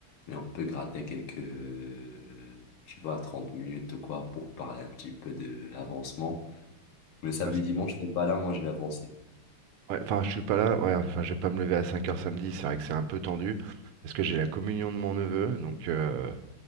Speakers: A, on the left; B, on the right.
A: mais on peut gratter quelques, euh, tu vois, 30 minutes ou quoi pour parler un petit peu de l'avancement. Mais samedi,
B: Ah, c'est
A: dimanche,
B: ça.
A: t'es pas là, moi je vais avancer.
B: Ouais, enfin, je suis pas là. Ouais, enfin, je vais pas me lever à cinq heures samedi. C'est vrai que c'est un peu tendu parce que j'ai la communion de mon neveu. Donc, euh,